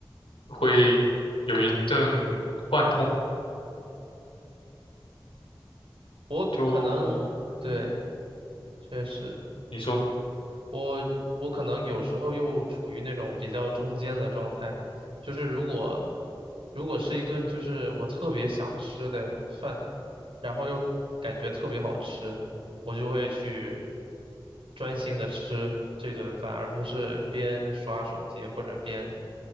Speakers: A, on the left (about 80°); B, on the right (about 75°).
A: 会有一阵幻痛。
B: 嗯，我可能，
A: 就
B: 对，确实，
A: 你说，
B: 我我可能有时候又处于那种比较中间的状态，就是如果如果是一顿就是我特别想吃的饭，然后又感觉特别好吃，我就会去专心的吃这顿饭，而不是边刷手机或者边